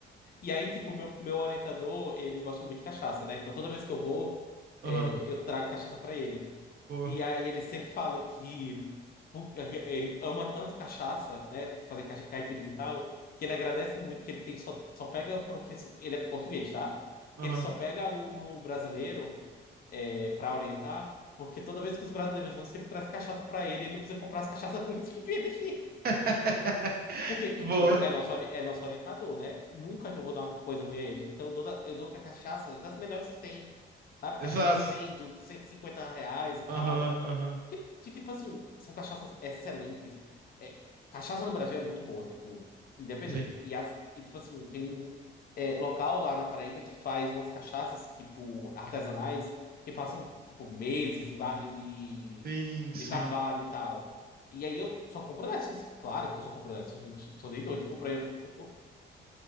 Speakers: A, on the left (about 50°); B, on the right (about 50°).
A: E aí, tipo, meu, meu orientador, ele gosta muito de cachaça, né? Então toda vez que eu vou, é,
B: Aham,
A: eu trago cachaça pra ele.
B: boa.
A: E aí ele sempre fala que pu- ele ama tanto cachaça, né? Fazer cacha- caipirinha e tal, que ele agradece muito que ele tem só, só pega professor. Ele é português, tá?
B: Aham.
A: Que ele só pega aluno brasileiro é, para orientar, porque toda vez que os brasileiros vão, sempre traz cachaça pra ele, ele não precisa comprar as cachaças <laughs> ruins que vem daqui.
B: <laughs>
A: Porque, tipo,
B: Boa.
A: é nosso, ori- é nosso orientador, né? Nunca que eu vou dar uma coisa ruim a ele. Então eu dou, da- eu dou com a cachaça das melhores que tem, sabe?
B: Exato.
A: Cachaça de 100, do 150 reais e tal.
B: Aham, aham.
A: Que, que, tipo assim, são cachaças excelentes. É, cachaça no Brasil é muito boa, tipo, independente.
B: Sim.
A: E, as, e tipo assim, tem é, local lá na Paraíba que faz umas cachaças, tipo, artesanais, que passam, tipo, meses em barril de,
B: Sim, sim.
A: de carvalho e tal. E aí eu só compro dessas. Claro que eu só compro dessas. Não tô tô nem doido de comprar em outro. canto.